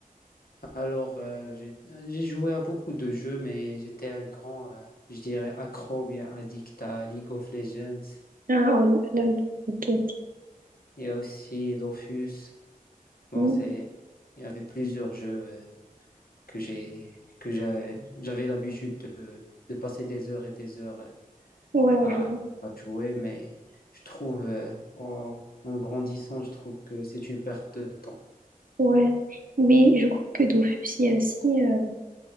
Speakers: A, on the left; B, on the right.
A: alors, euh, j'ai j'ai joué à beaucoup de jeux, mais j'étais un grand, euh, je dirais, accro, bien addict à League of Legends.
B: Ah, oh, LOL, ok, ok.
A: Il y a aussi Dofus. Bon,
B: Hmm.
A: c'est, il y avait plusieurs jeux euh, que j'ai, que j'ai- j'avais l'habitude de, de passer des heures et des heures euh,
B: Ouais,
A: à,
B: je
A: à jouer, mais je trouve, euh, en, en grandissant, je trouve que c'est une perte de temps.
B: Ouais, mais je crois que Dofus, il y a aussi, euh,